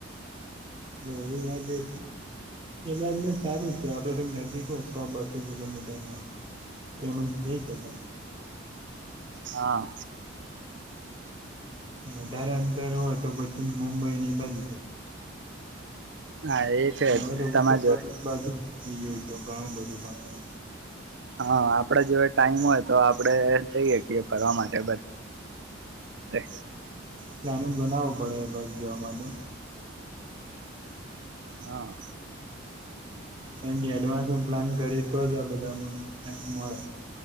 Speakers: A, on the right (about 25°); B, on the right (about 65°).
A: ઓ એ વાત એ એ વાતનું સારું છે આપડે તો નજીક હો સો બસો કિલોમીટરમાં તો એમ જઈ શકાય.
B: હા.
A: વધારે અંતર હોય તો પછી. મુુંબઈ અને એ બાજ
B: હા એ છે
A: અને હવે તો ઉત્તર
B: તમારે
A: પ્રદેશ
B: જો
A: બાજુ થઈ ગયું છે. જો ઘણું બધું ફરવા
B: હા આપડે જો ટાઈમ હોય તો આપડે જઈ હકીએ ફરવા માટે બધા
A: પ્લાનિંગ બનાવવું પડે બાક જવા માટે
B: હા
A: ક કે એડવાન્સ ન પ્લાન કરી તો જ આ બધામાં ટાઈમ મળે